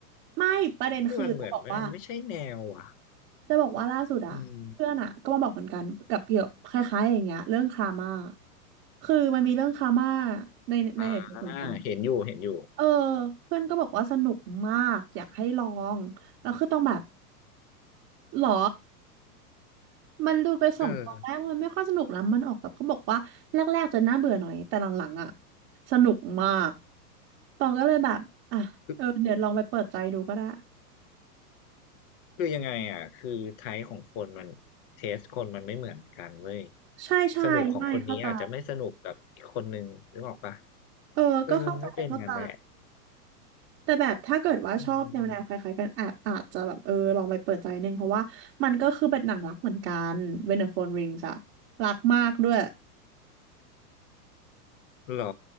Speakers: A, on the right; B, on the left.
A: ไม่ประเด็นคือจะบอกว่า
B: <laughs> คือมันเหมือนมันไม่ใช่แนวอ่ะ
A: จะบอกว่าล่าสุดอะเพื่อนอะก็มาบอกเหมือนกันกับเกี่ยวคล้ายๆอย่างเงี้ยเรื่องครามา
B: อืม
A: คือมันมีเรื่องครามาในในเน็ตเหมือนกันอะ
B: อ่าเห็นอยู่เห็นอยู่
A: เออเพื่อนก็บอกว่าสนุกมากอยากให้ลองแล้วคือต้องแบบหรอมันดูไปสองตอนแรกลมันไม่ค่อยสนุกนะมันออกแบบเขาบอกว่าแรกๆจะน่าเบื่อหน่อยแต่หลังๆอะ
B: เออ
A: สนุกมากตองก็เลยแบบอ่ะเออเดี๋ยวลองไปเปิดใจดูก็ได้
B: คือคือยังไงอ่ะคือไทป์ของคนมันเทสคนมันไม่เหมือนกันเว้ย
A: ใช่ใช่ไม่เข้าใจ
B: สนุกของคนนี้อาจจะไม่สนุกกับอีกคนนึงนึกออกปะ
A: เออก็เข้าใจเข้าใจ
B: เออมันก็เป็นงั้นแหละ
A: แต่แบบถ้าเกิดว่าชอบแนวแนวคล้ายๆกันอาจอาจจะแบบเออลองไปเปิดใจหนึ่งเพราะว่ามันก็คือเป็นหนังรักเหมือนกันเวนเดอร์โฟนริงส์อะรักมากด้วย
B: อืมหรอ